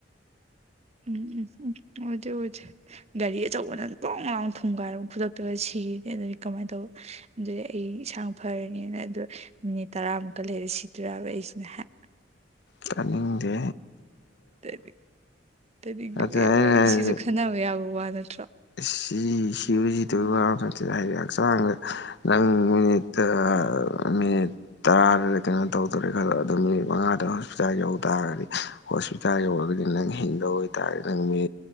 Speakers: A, on the right (about 35°); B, on the left (about 65°).
A: ꯎꯝ ꯎꯝ ꯎꯝ ꯑꯣꯖꯖ ꯒꯥꯔꯤ ꯑꯆꯧꯕꯅ ꯂꯣꯡ ꯂꯔꯥꯎ ꯊꯨꯝꯒꯥꯏꯔ ꯈꯨꯗꯛꯇꯒ ꯁꯤꯅꯤ ꯑꯗꯨꯗꯒꯤ ꯀꯃꯥꯏꯅ ꯇꯧꯕ ꯑꯗꯨꯗꯤ ꯑꯩ ꯏꯁꯟꯥꯡ ꯐꯔꯅꯤꯅ ꯑꯗꯨꯗꯣ ꯃꯤꯅꯤꯠ ꯇꯔꯥꯃꯨꯛꯀ ꯂꯩꯔ ꯁꯤꯠꯇ꯭ꯔꯕ ꯑꯩꯁꯤꯅ ꯍꯥꯏ
B: ꯆꯥꯅꯤꯡꯗꯦ
A: ꯇ ꯇꯅꯤꯡꯦꯡ
B: ꯑꯗ
A: ꯌꯥꯔꯒ
B: ꯑꯩꯅ
A: ꯑꯩ
B: ꯍꯥꯏꯗꯤ
A: ꯁꯤꯁꯨ ꯈꯟꯅꯕ ꯌꯥꯕ ꯋꯥ ꯅꯠꯇ꯭ꯔꯣ
B: ꯁꯤ ꯁꯤ ꯍꯧꯖꯤ ꯇꯣꯏ ꯅꯠꯇꯦ ꯍꯥꯏꯔꯦ ꯍꯛꯆꯥꯡꯗ ꯅꯪ ꯃꯤꯅꯤꯠ ꯃꯤꯅꯤ ꯇꯔꯥꯗꯗꯤ ꯀꯩꯅꯣ ꯇꯧꯗꯔꯦ ꯈꯂꯣ ꯑꯗꯨ ꯃꯤꯠ ꯃꯉꯥꯗ ꯍꯣꯁꯄꯤꯇꯥꯜ ꯌꯧ ꯇꯥꯔꯒꯗꯤ ꯍꯣꯁꯄꯤꯇꯥꯜ ꯌꯧꯔꯒꯗꯤ ꯅꯪ ꯍꯤꯡꯗꯧ ꯑꯣꯏꯇꯥꯔꯦꯗꯤ ꯅꯪ ꯃꯤ